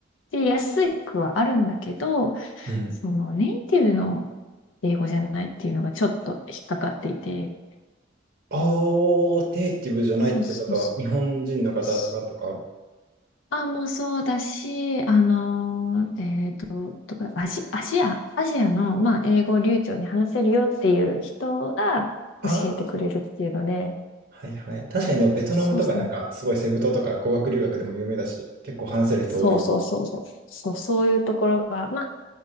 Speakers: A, on the left; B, on the right.
A: で安くはあるんだけど、
B: うん。
A: そのネイティブの英語じゃないっていうのがちょっと引っかかっていて、
B: ああ、ネイティブじゃないってことは、
A: そうそうそ
B: 日本人の方がとか。
A: う。あ、もうそうだし、あのーえっと、どこだアジ、アジア、アジアの、まあ、英語を流暢に話せるよっていう人が教えてくれるっていうので、
B: ああ、はいはい。確かにでも、ベトナムとかなんか、
A: そうそう。
B: すごいセブ島とか語学留学でも有名だし、結構話せる人多い。
A: そうそうそうそう。そう、そういうところが、まあ、